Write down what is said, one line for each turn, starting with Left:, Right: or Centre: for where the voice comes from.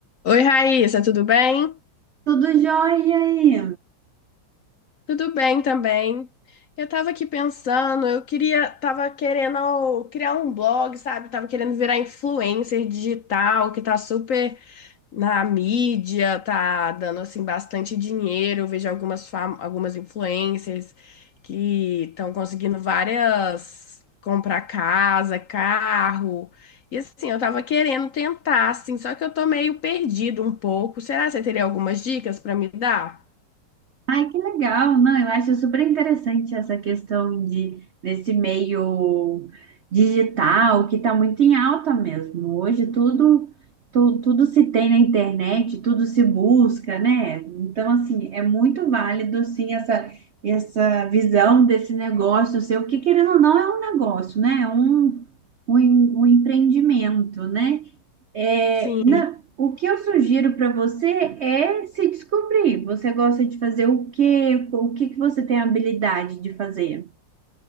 Left: Oi, Raíssa, tudo bem?
Right: Tudo jóia aí.
Left: Tudo bem também. Eu tava aqui pensando, eu queria, tava querendo criar um blog, sabe? Tava querendo virar influencer digital, que tá super na mídia, tá dando assim bastante dinheiro. Eu vejo algumas fam- algumas influencers que estão conseguindo várias comprar casa, carro. E assim, eu tava querendo tentar, assim, só que eu tô meio perdido um pouco. Será que você teria algumas dicas pra me dar?
Right: Ai, que legal. Não, eu acho super interessante essa questão de desse meio digital que está muito em alta mesmo. Hoje tudo, tu- tudo se tem na internet, tudo se busca, né? Então, assim, é muito válido sim essa essa visão desse negócio seu, que querendo ou não é um negócio, né? É um, um, em- um empreendimento, né? É,
Left: Sim.
Right: na- o que eu sugiro para você é se descobrir. Você gosta de fazer o quê? O que que você tem habilidade de fazer?